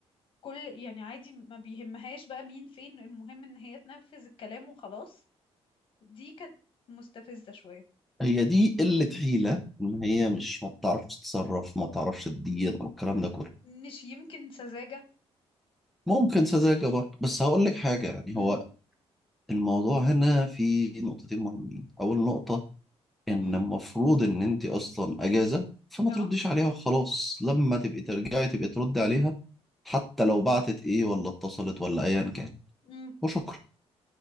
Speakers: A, on the left; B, in the centre.
A: كل يعني عادي ما بيهمهاش بقى مين فين المهم ان هي تنفذ الكلام وخلاص دي كانت مستفزة شوية
B: هي دي قلة حيلة إن هي مش ما بتعرفش تتصرف ما بتعرفش تدير أو الكلام ده كله
A: مش يمكن سذاجة
B: ممكن سذاجة برضه بس هقول لك حاجة يعني
A: امم
B: هو الموضوع هنا في نقطتين مهمين أول نقطة إن
A: امم
B: المفروض إن أنت أصلا أجازة فما
A: اه
B: ترديش عليها وخلاص لما تبقي ترجعي تبقي تردي عليها حتى لو بعتت إيه ولا اتصلت ولا أيا كان
A: امم
B: وشكرا